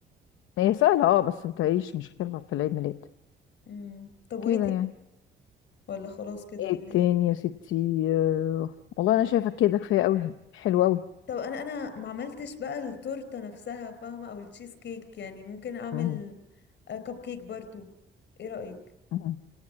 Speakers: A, on the left; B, on the left.
A: هي سهله اه بس بتعيش مش هتنفع في العيد ميلاد
B: امم طب وايه
A: كده
B: تاني
A: يعني
B: ولا خلاص كده
A: ايه
B: ولا
A: تاني
B: ايه
A: يا ستي آه، والله انا شايفه كده كفايه قوي حلو قوي
B: طب انا انا ما عملتش بقى التورتة نفسها فاهمة او التشيز كيك يعني ممكن اعمل
A: مم.
B: كب كيك برضو ايه رأيك
A: مم.